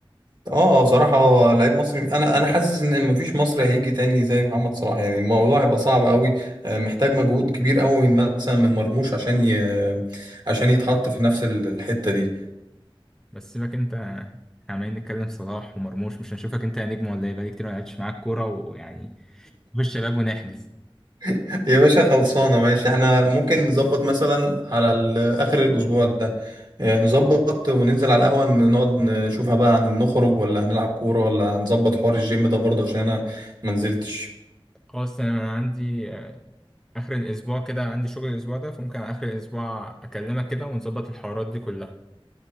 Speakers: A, on the right (about 50°); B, in the centre.
A: اه آه، صراحة هو لعيب مصري انا انا حاسس ان مفيش مصري هيجي تاني زي محمد صلاح يعني الموضوع هيبقى صعب قوي آه، محتاج مجهود كبير قوي مثلا من مرموش عشان ي... عشان يتحط في نفس ال- الحتة دي
B: بس سيبك انت إحنا عمالين نتكلم صلاح ومرموش مش هنشوفك انت يا نجم ولا ايه بقالي كتير ما لعبتش معاك كوره ويعني نخش شباب ونحجز
A: <laughs> يا باشا خلصانة ماشي احنا ممكن نظبط مثلا على ال- اخر الاسبوع ده آه، نظبط وننزل على القهوة ن- نقعد نشوفها بقى نخرج ولا هنلعب كورة ولا هنظبط حوار الجيم ده برضه عشان انا ما نزلتش
B: خلاص تمام انا عندي آه، اخر الاسبوع كده عندي شغل الاسبوع ده فممكن على اخر الاسبوع اكلمك كده ونظبط الحوارات دي كلها